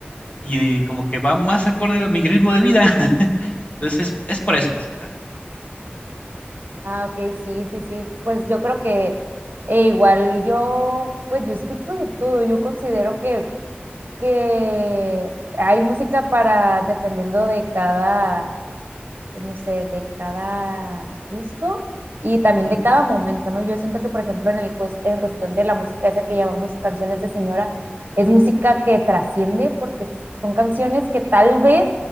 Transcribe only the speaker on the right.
Ah, ok, sí, sí, sí. Pues yo creo que eh, igual yo, pues yo escucho de todo. Yo considero que, que hay música para, dependiendo de cada pues no sé, de cada gusto y también
de cada momento, ¿no? Yo siento que, por ejemplo, en, el cues- en cuestión de la música esa que llamamos canciones de señora, es música que trasciende porque son canciones que tal vez